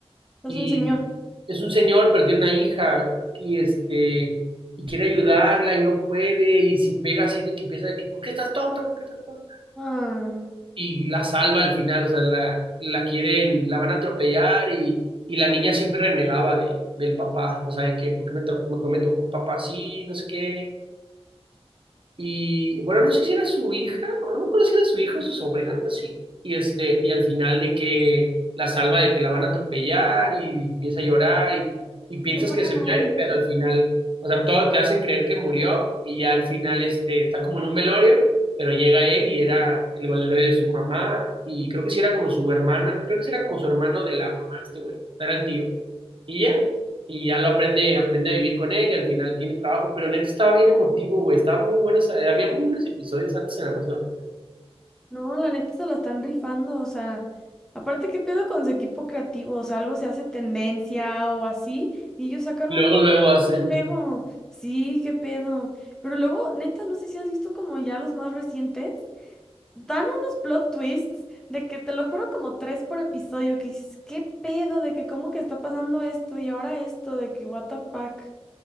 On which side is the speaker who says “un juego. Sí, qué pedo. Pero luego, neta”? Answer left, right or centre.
Centre